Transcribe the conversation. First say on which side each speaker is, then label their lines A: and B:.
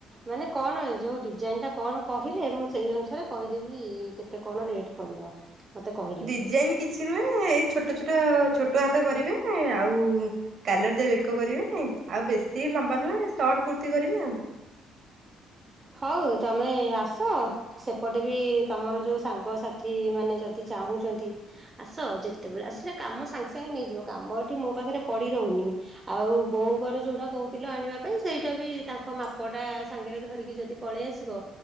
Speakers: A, on the right; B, on the right.
A: ମାନେ କଣ ଯୋଉ ଡିଜାଇନ ଟା କଣ କହିଲେ ମୁଁ ସେଇ ଅନୁସାରେ କହିଦେବି କେତେ କଣ ରେଟ ପଡିବ। ମତେ କହିଲେ।
B: ଡିଜାଇନ କିଛି ନୁହେଁ ଏଇ ଛୋଟ ଛୋଟ ଛୋଟ ହାତ କରିବେ ଆଉ କାଲର ଦିଆ ବେକ କରିବେ ଆଉ ବେଶୀ ଲମ୍ବା ନୁହେଁ ସର୍ଟ କୁର୍ତି କରିବେ ଆଉ।
A: ହଉ ତମେ ଆସ ସେପଟେ ବି ତମର ଯୋଉ ସାଙ୍ଗସାଥି ମାନେ ଯଦି ଚାହୁଁଛନ୍ତି ଆସ ଯେତେବେଳେ ଆସିଲେ କାମ ସାଙ୍ଗେ ସାଙ୍ଗେ ନେଇଯିବ କାମ ଏଠି ମୋ ପାଖରେ ପଡି ରହୁନି। ଆଉ ବୋଉଙ୍କର ଯୋଉଟା କହୁଥିଲ ଆଣିବା ପାଇଁ ସେଇଟା ବି ତାଙ୍କ ମାପଟା ସାଙ୍ଗରେ ଧରିକି‌ ଯଦି ପଳେଇ ଆସିବ